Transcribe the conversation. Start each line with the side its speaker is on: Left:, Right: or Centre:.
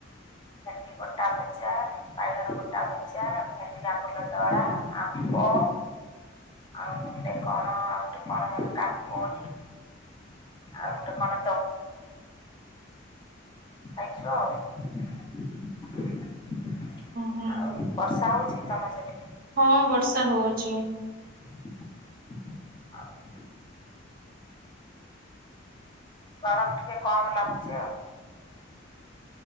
Left: ଭେଣ୍ଡି ଗୋଟା ଭଜା ବାଇଗଣ ଗୋଟା ଭଜା ଭେଣ୍ଡିରେ ଆମ୍ବଲ। ଦଳା ଆମ୍ବ ଆଉ ଗୋଟେ କଣ। ଆଉ ଗୋଟେ କଣ ମନ କାକୁଡି। ଆଉ ଗୋଟେ କଣ ଦ ଖାଇଚୁ ଆଉ ଆଉ ବର୍ଷା ହଉ ଯେ
Right: ହୁଁ
Left: ତମ ସେତିକି।
Right: ହଁ ବର୍ଷା ହଉଚି।
Left: <unintelligible> ଗରମ ଟିକେ କମ ଲାଗୁଚି ଆଉ।